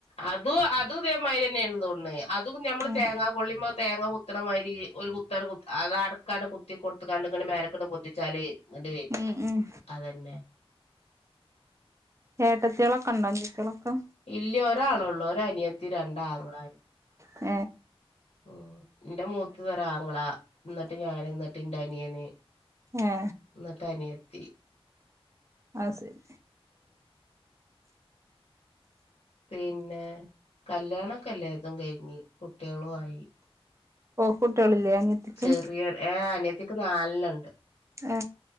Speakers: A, on the left (about 80°); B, on the right (about 30°).
A: അത് അത് ഇതമാതിരി തന്നെയ ആതൊണ്ട് അതും നഞമ്മള്
B: ഉം
A: തേങ്ങാ കൊള്ളുമ്പോ തേങ്ങാ പുത്തനമാതിരി ഒരു കുത്ത അത അടക്കാണ് കുത്തി കൊടുത്തക്കാണ്ട് ഇങ്ങനെ മേനക്കട്ട കൊൊന്തിച്ചാല് ഇങ്ങ് വരിക
B: ഉം ഉം
A: അതന്നെ
B: ഏട്ടത്തിളൊക്കെ ഉണ്ടോ അഞ്ചത്തിളൊക്കെ
A: ഇല്ലയ ഒരാള ഉള്ളൂ ഒ അനിയത്തി രണ്ടാങ്ങളാരും
B: ഹ
A: ഉ എന്റെ മൂത്ത് തരാ ആങ്ങള എന്നന്നിട്ട് ഞാന് ഇന്നിട്ട് എന്റെ അനിയന്
B: ഏ
A: എന്നിട്ട് അനിയ എത്തി
B: ആഹ ശരി
A: പിന്നെ കല്യാണകഴിഞ്ഞ് കുട്ടികളുമായി.
B: ഓ കുട്ടികളില്ലേ അനിയത്തിക്ക്
A: ചെറിയ ഏ അനിയത്തിക്ക് നാലെണ്ണമുണ്ട്
B: ഏ